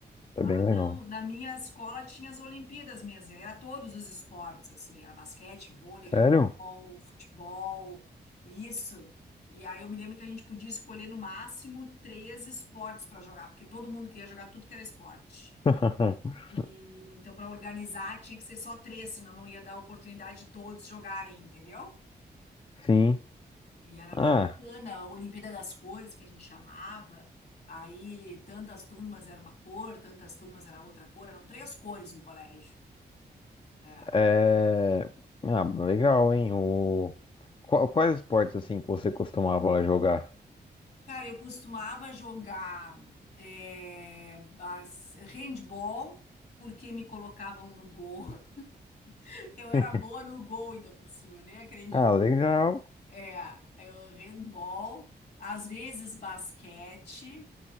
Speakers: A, on the left; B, on the left.
A: foi
B: Ah,
A: bem legal.
B: não. Na minha escola tinha as Olimpíadas mesmo. e aí Era todos os esportes, assim. Era basquete, vôlei, handebol,
A: Sério?
B: futebol, isso. E aí eu me lembro que a gente podia escolher no máximo três esportes para jogar, porque todo mundo queria jogar tudo que era esporte.
A: <laughs>
B: E então, para organizar, tinha que ser só três, senão não ia dar oportunidade de todos jogarem, entendeu?
A: Sim.
B: E era
A: Ah,
B: bem bacana, a Olimpíada das Cores, que a gente chamava. Aí tantas turmas era uma cor, tantas turmas era outra cor, eram três cores no colégio. É.
A: é... ah, legal, hein? O... Qua- Quais esportes assim que você costumava jogar?
B: Cara, eu costumava jogar é, bas- handball, porque me colocavam no gol. <laughs> Eu era
A: <laughs>
B: boa no gol ainda por cima, nem acredito.
A: Ah, legal.
B: É, eu handball, às vezes basquete.